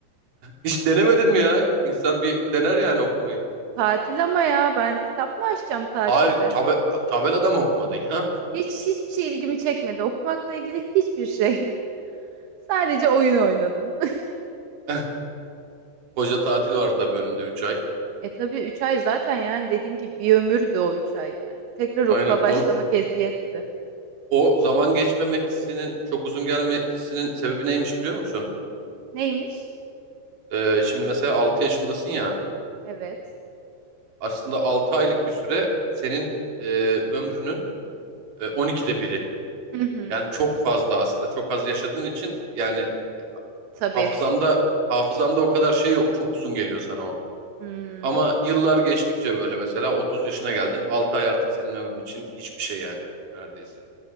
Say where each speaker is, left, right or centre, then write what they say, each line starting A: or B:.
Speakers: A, on the right; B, on the right.
A: Hiç denemedin mi ya? İnsan bir dener yani okumayı.
B: <laughs> Tatil ama ya ben kitap mı açacağım tatilde?
A: Hayır tabe tabelada mı okumadın ya?
B: Hiç hiçbir şey ilgimi çekmedi. Okumakla ilgili hiçbir şey. <laughs> Sadece oyun oynadım. <laughs>
A: <laughs> Koca tatil var tabii önünde 3 ay.
B: E tabii 3 ay zaten yani dediğim gibi bir ömürdü o 3 ay yani. Tekrar
A: Aynen.
B: okula başlamak
A: Onu,
B: eziyetti.
A: O zaman geçmeme hissinin çok uzun gelme hissinin sebebi neymiş biliyor musun?
B: Neymiş?
A: Ee, şimdi mesela 6 yaşındasın ya
B: Evet.
A: aslında 6 aylık bir süre senin e, ömrünün e, 12'de biri.
B: Hı hı.
A: Yani çok fazla aslında çok az yaşadığın için yani e,
B: Tabii.
A: hafızanda hafızanda o kadar şey yok. Çok uzun geliyor sana o.
B: Hımm.
A: Ama yıllar geçtikçe böyle mesela 30 yaşına geldin 6 ay artık senin ömrün için hiçbir şey yani neredeyse.